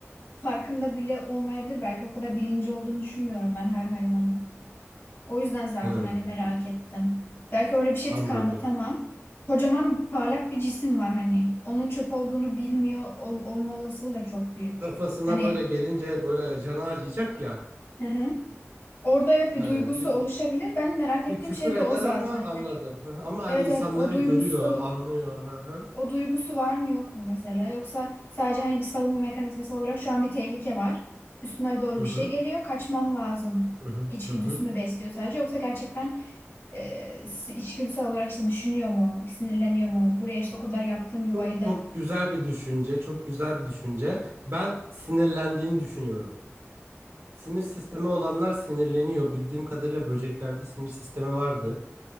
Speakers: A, on the left; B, on the right.
A: farkında bile olmayabilir. Belki o kadar bilinci olduğunu düşünmüyorum ben her hayvanın. O yüzden zaten
B: Hı,
A: hani merak ettim. Belki orada bir şey
B: anladım.
A: tıkandı tamam. Kocaman parlak bir cisim var hani. Onun çöp olduğunu bilmiyor ol- olma olasılığı da çok büyük.
B: Kafasına
A: Hani
B: böyle gelince böyle canı acıyacak ya.
A: hı hı. Orada evet bir
B: He,
A: duygusu
B: diyor.
A: oluşabilir. Ben merak ettiğim
B: Bir küfür
A: şey
B: eder
A: de o zaten.
B: ama anladım.
A: Hani
B: Hı hı. Ama her
A: evet
B: insanları
A: evet o duygusu
B: görüyor, anlıyor. Hı hı.
A: O duygusu var mı yok mu mesela? Yoksa sadece hani bir savunma mekanizması olarak şu an bir tehlike var. Üstüme doğru
B: Hı
A: bir
B: hı.
A: şey geliyor. Kaçmam lazım.
B: Hı hı.
A: İçgüdüsü
B: Hı hı.
A: mü besliyor sadece? Yoksa gerçekten e, si- içgüdüsel olarak işte düşünüyor mu? Sinirleniyor mu? Buraya işte o kadar yaptığım yuvayı
B: Çok,
A: da.
B: çok güzel bir düşünce, çok güzel bir düşünce. Ben sinirlendiğini düşünüyorum. Sinir sistemi olanlar sinirleniyor. Bildiğim kadarıyla böceklerde sinir sistemi vardı.